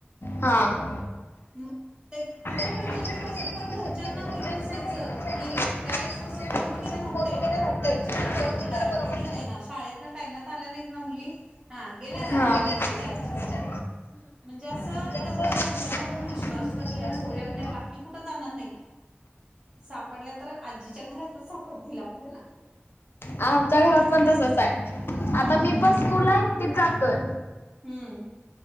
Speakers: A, on the left (about 65°); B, on the right (about 20°).
A: हा.
B: म ते तिच्याकड
A: तिच्याकडे
B: केलं की कसं
A: गेलं
B: पण घर त्यांना
A: पण घरच्यांना
B: माहित नसायचं
A: माहित नसायचं
B: की
A: की
B: त्यावेळेस कस फोन
A: कसं
B: वगैरे नव्हते.
A: फोन वगैरे नव्हते
B: घरची खरं बरोबर
A: तर
B: डायरेक्ट
A: बरोबर
B: तिथे येणार शाळेत ना टायमात आल्या नाहीत ना मुली हा गेले असतील
A: हा.
B: ह्या
A: घरच्या.
B: मुंबईच्या आजीकडं? म्हणजे अस
A: म्हणजे असं
B: तेवढं
A: घरच्यांचा
B: घरच्यांना पण विश्वास होता
A: विश्वास
B: की आ
A: नाही.
B: ते आपल्या बाकी कुठे जाणार नाहीत. सापडल्या तर आजीच्या घरातच सापडतील आपल्याला.
A: आमच्या घरात पण तसच आहे आता
B: हम्म
A: मी पण स्कूलला एकटीच जातोय.
B: हम्म